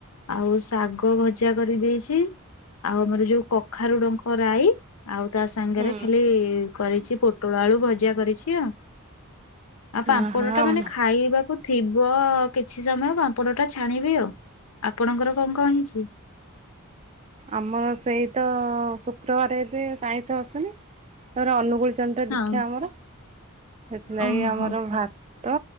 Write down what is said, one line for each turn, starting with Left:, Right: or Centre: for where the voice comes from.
Left: ଆଉ ଶାଗ ଭଜା କରିଦେଇଛି ଆଉ ଆମର ଯୋଉ କଖାରୁଡଙ୍କ ରାଇ। ଆଉ ତା ସାଙ୍ଗରେ
Right: ହୁଁ।
Left: ଖାଲି କରିଛି ପୋଟଳ ଆଳୁ ଭଜା କରିଛି ଆଉ। ଆଉ ପାମ୍ପଡ଼
Right: ଓହୋ
Left: ଟା
Right: ଆମ
Left: ମାନେ ଖାଇବାକୁ ଥିବ କିଛି ସମୟ ପାମ୍ପଡ଼ ଟା ଛ ଛାଣିବି ଆଉ। ଆପଣଙ୍କର କଣ କଣ ହେଇଛି?
Right: ଆମର ସେଇ ତ ଶୁ ଶୁକ୍ରବାରେ ଏତେ ଆଇଁସ ଆସୁନି ତାପରେ ଅନୁକୁଳ ଚନ୍ଦ୍ର
Left: ହଁ
Right: ଦୀକ୍ଷା ଆମର। ସେଥିଲାଗି
Left: ଓହୋ।
Right: ଆମର ଭାତ,